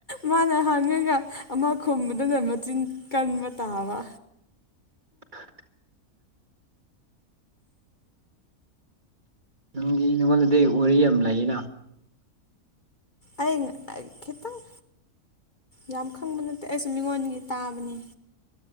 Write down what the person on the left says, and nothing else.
ꯃꯥꯅ ꯍꯪꯉꯒ ꯑꯃ ꯈꯨꯝꯕꯗꯨꯅ ꯃꯆꯤꯟ ꯀꯟꯕ ꯇꯥꯕ
ꯑꯩ ꯑꯥ ꯈꯤꯇꯪ ꯌꯥꯝ ꯈꯪꯕ ꯅꯠꯇꯦ ꯑꯩꯁꯨ ꯃꯤꯉꯣꯟꯒꯤ ꯇꯥꯕꯅꯦ